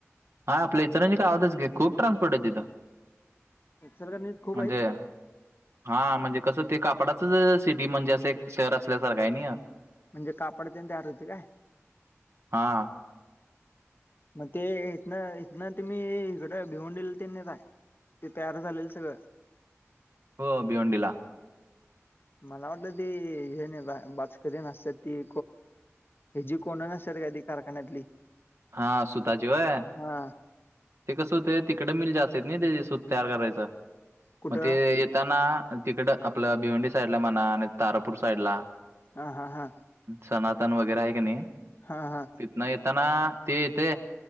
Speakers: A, on the right; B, on the left.
A: हा आपल्या इतरांची का आवतच घे खूप ट्रान्सपोर्ट आहे तिथं
B: इचलकरंजीत खूप
A: म्हणजे
B: आहेत
A: हा म्हणजे कसं ते कापडाचच सिटी म्हणजे असं एक शहर असल्यासारख आहे नाही
B: म्हणजे कापडते तयार होते काय
A: हां.
B: मग ते इथन इथन तुम्ही इकडं भिवंडला त्यां न काय ते तयार झालेलं सगळं
A: हो भिवंडी ला
B: मला वाटलं ती हे नाही बाच कधी नसतात ती ह जी कोणा नसत काधी कारखान्यातली
A: हा सुताचीीवय
B: हा
A: ते कस ते तिकडे मिलज असत आहेत ना ते सूत तयार करायचं
B: कुठं
A: मग ते येताना तिकडं आपलं भिवंडी साईडला म्हणा आणि तारापूर साईडला
B: हा हा हा
A: सनातन वगैरे आहे क नाही
B: हा हा
A: तथन येताना ते येते